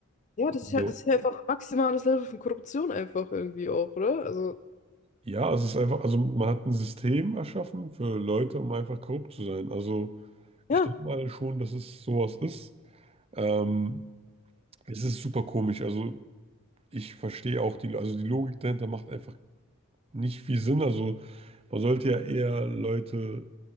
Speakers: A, on the left; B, on the right.
A: Ja, das ist
B: Also
A: ja, das ist ja einfach maximales Level von Korruption einfach irgendwie auch, oder? Also,
B: ja, es ist einfach, also man hat ein System erschaffen für Leute, um einfach korrupt zu sein. Also ich
A: ja.
B: denke mal schon, dass es sowas ist. Ähm, es ist super komisch. Also ich verstehe auch die, also die Logik dahinter macht einfach nicht viel Sinn. Also man sollte ja eher Leute,